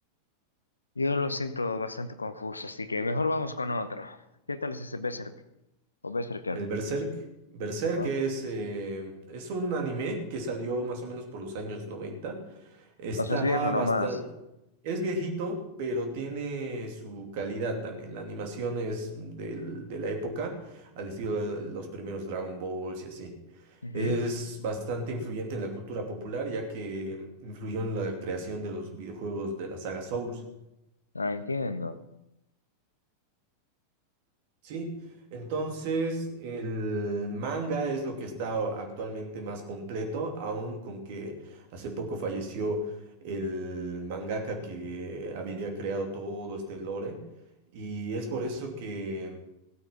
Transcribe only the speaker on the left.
Yo lo siento bastante confuso, así que mejor vamos con otro. ¿Qué tal es ese Berserk? O Berserker.
Ajá.
O sea, es viejo nomás.
Ujú.
Ah, entiendo.